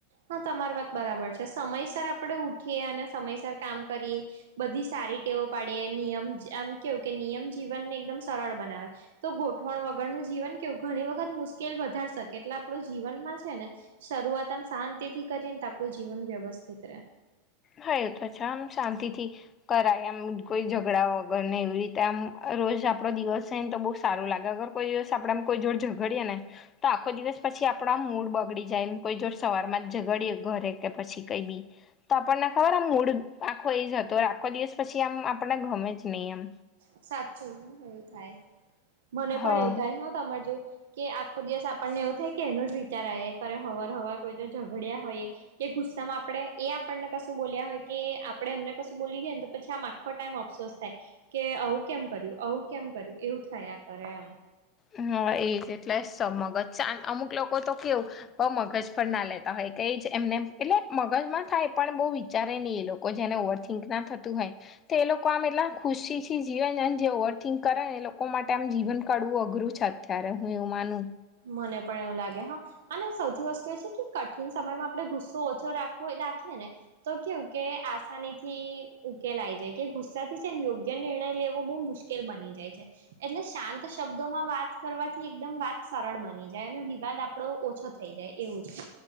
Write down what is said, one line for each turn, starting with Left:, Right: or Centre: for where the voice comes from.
Right: હા, તમારી વાત બરાબર છે સમયસર આપણેે ઉઠીએ અને સમયસર કામ કરીએ બધી સારી ટેવો પાડીએ નિયમ આમ કેવું કે નિયમ જીવનને એકદમ સરળ બનાવે. તો ગોઠવણ વગરનું જીવન કેવું ઘણી વખત મુશ્કેલ વધાર શકે એટલે આપણું જીવનમાં છે ને શરૂઆત આમ શાંતિથી કરીએને તો આપણું જીવન વ્યવસ્થિત રહે.
Left: હા, એ તો <unintelligible> શાંતિથી કરાય એમ કોઈ ઝઘડા વગરને એવી રીતે આમ રોજ આપણો દિવસ <unintelligible> ને તો બહુ સારું લાગે કોઈ દિવસ આપણામાં કોઈ જોડ ઝગડીએ ને તો આખો દિવસ પછી આપણા મૂળ બગડી જાય એમ કોઈ જો સવારમાં ઝગડીએ ઘરે કે પછી કઈ બી તો આપણને એમ ખબર આમ મૂડ આખો એ જ હતો આખો દિવસ પછી આમ આપણને ગમે જ નહીં એમ.
Right: સાચું હ એવું થાય, મને પણ
Left: હા
Right: એવું થાય હ તમારે જેવું. કે આખો દિયાસ આપણને એવું થાય કે એનો જ વિચાર આયા કરે હવાર હવાર કોઈ ને ઝઘડ્યા હોય એ કે ગુસ્સામાં આપડે એ આપણને કશું બોલ્યા હોય કે આપણે એમને કશું બોલી ગયા ને તો પછી આ આખો ટાઈમ અફસોસ થાય કે આવું કેમ કર્યું? આવું કેમ કર્યું? એવું થયા કરે એમ.
Left: હ એ જ એટલે સ મગજ શાંત અમુક તો કેવું બઉ મગજ પર ના લેતા હોય એજ એમને એટલે મગજમાં થાય પણ બહુ વિચારે ની એ લોકો. કોઈ જેને ઓવરથીંક ના થતું હોય તો એ લોકો આમ એટલા ખુશીથી જીવેને જે ઓવરથિન્ક કરે ને એ લોકો માટે આમ જીવન કાડવુ અઘરું છે અત્યારે, હું એવું માનું.
Right: મને પણ એવુ લાગે હ. અને સૌથી વસ્તુ એ છે કે કઠિન સમયમાં આપણે ગુસ્સો ઓછો રાખવોએ રાખીએ ને તો કેવું કે આસાનીથી ઉકેલાઈ જાય કે ગુસ્સાથી સેને યોગ્ય નિર્ણય લેવુ બૌ મુશ કેલ બની જાય છે એટલે શાંત શબ્દોમાં વાત કરવાથી એકદમ વાત સરળ બની જાય અને વિવાદ આપડો ઓછો થઈ જાય એવું છે.